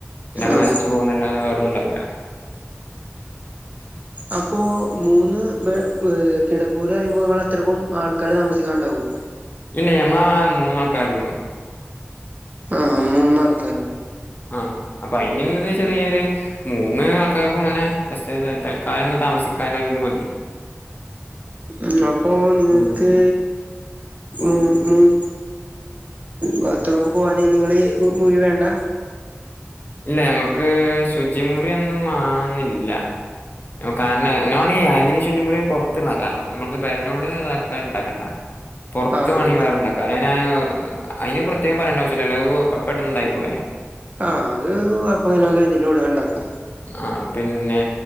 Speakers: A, on the left (about 45°); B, on the right (about 35°).
A: പിന്നൊക്കെ
B: ആഹ്
A: നശിച്ചു പോവുന്നല്ലതെ വേറോന്നുണ്ടവില്ല
B: അപ്പോ മൂന്ന് ബെ കിടപ്പൂരയുമ്പോ നിങ്ങൾ അത്രക്കും ആൾക്കാര് താമസിക്കാണ്ടാവോ
A: ഇല്ലേ നമ്മൾ മൂന്നാൾക്കാരുള്ളൂ
B: ആഹ് മൂന്നാൾ
A: ആഹ് ആഹ് അപ്പൊ അയിനുള്ളത് ചെറിയൊരു മൂന്ന് ആൾക്കാര്ക്കും ഇങ്ങനെ ജെസ് തൽക്കാലം ഒന്ന് താമസിക്കാൻല വീട് മതി.
B: ഉം അപ്പൊ നിങ്ങക്ക്
A: ഉം
B: ഉം ഉം. ബാത്റൂമിൽ പോവാന് നിങ്ങള് മുറി വേണ്ട.
A: ല്ലാ ഞമ്മക്ക് ശുജിമുറി ഒന്നും മാണെന്നില്ല. ഹ്മ് കാർണം <unintelligible> ശുജിമുറി പൊർത്ത്ന്നാക്കാം നമ്മക്ക് പെര്നോട് ആക്കാൻ ഇണ്ടാക്കണ്ട. <inaudible> പൊർത്ത്
B: ആഹ്
A: വാണെങ്കി വേറണ്ടാക്കാം ഞാനഹ് അയ്ന് പ്രത്യേകം പറയണ്ട ആവ്ശ്യല്ലല്ലോ ഊഹ് പെട്ടന്നുണ്ടായിക്കൂടെ.
B: ആഹ് അത് അപ്പോഹ്നൊക്കെ അതിൽ കൂട് തന്നെ ഇണ്ടാക്കാ.
A: ആഹ് പിന്നെ.